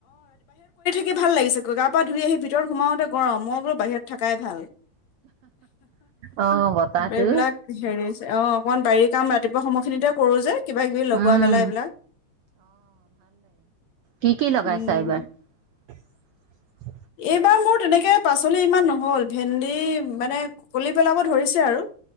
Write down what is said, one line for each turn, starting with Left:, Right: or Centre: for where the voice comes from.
Left: কি ভাল লাগিছে ক গা-পা ধুই আহি ভিতৰত সোমাওতে গৰম, মই বোলো বাহিৰত থকাই ভাল।
Right: অ বতাহটো
Left: এইবিলাক হেৰি অ' অকনমান বাৰী কাম ৰাতিপুৱা সময়খিনিতে কৰো যে। কিবা-কিবি লগোৱা
Right: উম
Left: মেলা এইবিলাক।
Right: কি-কি লগাইছা
Left: উম
Right: এইবাৰ? <inaudible>
Left: এইবাৰ মোৰ তেনেকে পাচলি ইমান নহল, ভেন্দি মানে কলি পেলাব ধৰিছে আৰু।